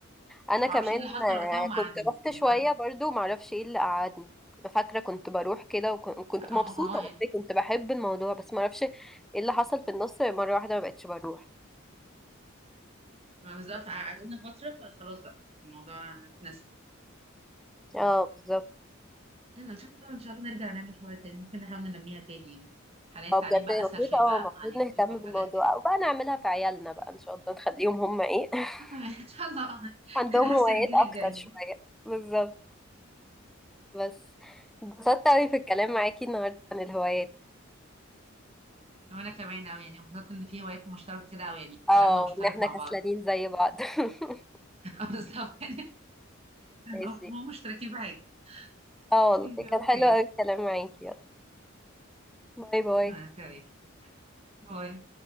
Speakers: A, in the centre; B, on the right.
A: انا
B: مش بعرفش
A: كمان
B: ايه اللي
A: آه،
B: حصل وقتها وما
A: كنت
B: قعدوني
A: رحت
B: يعني
A: شويه
B: ما...
A: برضو معرفش ايه اللي قعدني كنت فاكره كنت بروح كده وكن- وكنت
B: اه اه
A: مبسوطه
B: آه،
A: والله
B: يعني
A: كنت بحب الموضوع بس معرفش ايه اللي حصل في النص مره واحده ما بقتش بروح
B: ما بالظبط قعدونا فترة فخلاص بقى الموضوع اتنسى بس
A: اه بالظبط
B: يلا ان شاء الله ان شاء الله نرجع نعمل حوار تاني ممكن نحاول ننميها تاني يعني حاليا التعليم
A: اه بجد
B: بقى
A: المفروض
B: اسهل شوية
A: اه
B: بقى
A: المفروض
B: مع اليوتيوب
A: نهتم
B: والحاجات
A: بالموضوع
B: دي
A: او بقى نعملها في عيالنا بقى ان شاء الله نخليهم هم ايه <laughs>
B: <laughs> آه، يعني ان شاء الله آه،
A: عندهم
B: نحسن
A: هوايات
B: <laughs> الجيل
A: اكتر
B: الجاي
A: شويه بالظبط بس اتبسطت اوي في الكلام معاكي النهارده عن الهوايات
B: وانا كمان اوي يعني انبسطت ان في هوايات مشتركة كده اوي يعني
A: اه
B: كلامنا
A: وان
B: مشترك
A: احنا
B: مع
A: كسلانين
B: بعض
A: زي بعض <laughs>
B: <laughs> آه، بالظبط يعني
A: ماشي
B: آه، مو مشتركين بحاجة
A: اه
B: <laughs>
A: والله كان
B: اوكي
A: حلو قوي الكلام معاكي يلا باي باي
B: آه، اوكي باي